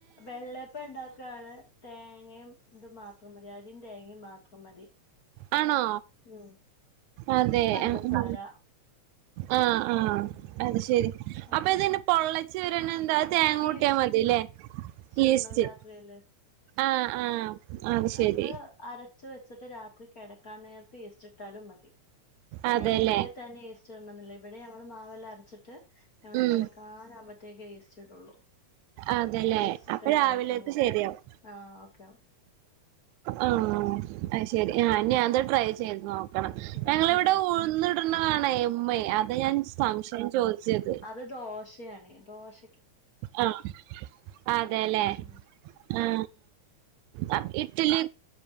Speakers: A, on the left (about 35°); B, on the right (about 85°).
A: വെള്ളപ്പ ഇണ്ടാക്കാണ് തേങ്ങയും ഇത് മാത്രം മതി അരിം തേങ്ങി മാത്രം മതി.
B: ആണോ
A: ഉം
B: അതെ
A: പഞ്ചസാര
B: അ അ ആഹ് ആഹ്
A: ഉം
B: അത് ശെരി
A: ആഹ്
B: അപ്പൊ ഇതിന് പൊള്ളച്ചെരാനെന്താ തേങ്ങുട്ടിയ
A: ഈസ്റ്റ്
B: മതില്ലേ ഈസ്റ്റ്
A: ഇടണം രാത്രിയില്
B: ആഹ് ആഹ്
A: ഉം
B: അത്
A: നമ്മള്
B: ശെരി
A: അരച്ച് വെച്ചിട്ട് രാത്രി കിടക്കാൻ നേരത്ത് ഈസ്റ്റിട്ടാലും മതി
B: അതെല്ലേ
A: നേരത്തെ തന്നെ ഈസ്റ്റ് ഇടണംന്നില്ല ഇവിടെ ഞങ്ങൾ മാവെല്ലാം അരച്ചിട്ട് ഞങ്ങള്
B: ഉം
A: കിടക്കാനാവുമ്പോത്തേക്കേ ഈസ്റ്റ്ടുള്ളൂ
B: അതെല്ലേ
A: ഈസ്റ്റിട്ട്
B: അപ്പൊ രാവിലേക്ക്
A: ഇളക്കിയങ്ങ് വെക്കും
B: ശെരിയാവും.
A: ആഹ് ഓക്കെ
B: ആ അയ് ശെരി ആ ഇഞ്ഞി അത് ട്രൈ ചെയ്ത് നോക്കണം
A: ഉം
B: ഞങ്ങിവിടെ ഉഴുന്ന് കാണ ഇമ്മ അത ഞാൻ സംശയം ചോദിച്ചത്
A: ഇത് ദോശയാണ് ദോശ
B: ആഹ അതെല്ലേ
A: ഉം
B: ആ ആ ഇഡ്ലി